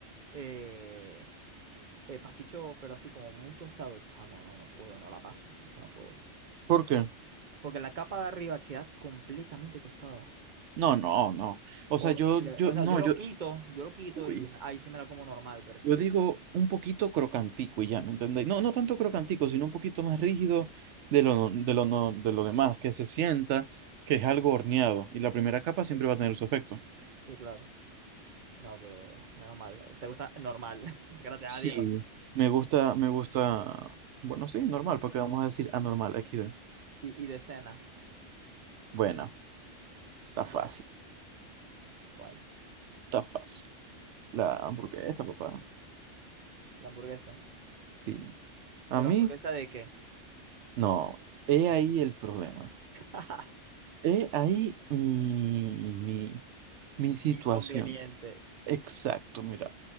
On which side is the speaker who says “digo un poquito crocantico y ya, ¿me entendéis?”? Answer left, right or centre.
Right